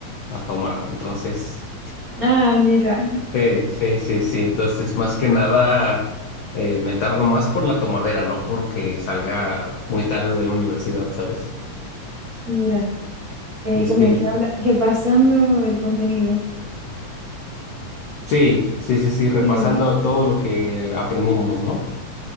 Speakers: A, on the left; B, on the right.
A: a tomar. Entonces,
B: Ah, mira.
A: sí, sí, sí, sí. Entonces, más que nada, eh, me tardo más por la tomadera, no porque salga muy tarde de la universidad, ¿sabes?
B: Mira, eh,
A: Y es
B: como
A: que,
B: que habla, repasando el contenido.
A: sí, sí, sí, sí, repasando
B: Sí,
A: todo lo que aprendimos, ¿no?